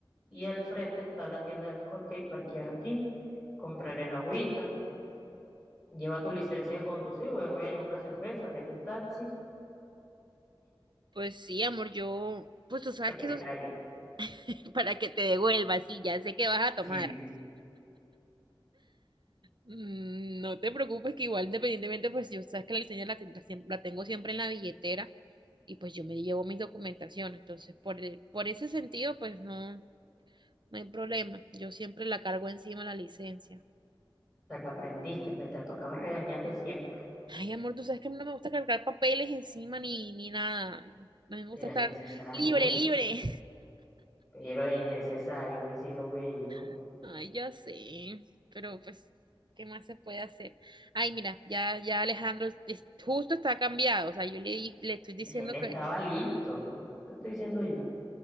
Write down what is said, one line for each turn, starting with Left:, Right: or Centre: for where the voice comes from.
Centre: y al frente está la tienda de los cupcakes, parquear aquí, comprar el agüita, lleva tu licencia de conducir, voy a llevar una cerveza, vete en taxi,
Right: Pues sí, amor, yo, pues tú sabes
Centre: para que
Right: que
Centre: me
Right: eso
Centre: traiga.
Right: es <laughs> para que te devuelvas, sí, ya sé que vas a tomar.
Centre: Sí.
Right: Mm, No te preocupes que igual independientemente, pues yo sabes que la licencia la, ten- la siem- la tengo siempre en la billetera y pues yo me llevo mis documentaciones. Entonces, por, el- por ese sentido, pues no, No hay problema. Yo siempre la cargo encima la licencia.
Centre: Hasta que aprendiste, ¿verdad? Tocaba regañarte siempre,
Right: Ay, amor, tú sabes que a mí no me gusta cargar papeles encima ni, ni nada. A mí me gusta
Centre: pero
Right: estar
Centre: es necesario,
Right: libre, libre.
Centre: pero es necesario, mi cielo bello.
Right: <laughs> Ay, ya sé. Pero pues, ¿qué más se puede hacer? Ay, mira, ya, ya Alejandro es- justo está cambiado. O sea, yo le, le estoy diciendo
Centre: Él estaba
Right: que,
Centre: listo, ¿no? Te estoy diciendo yo.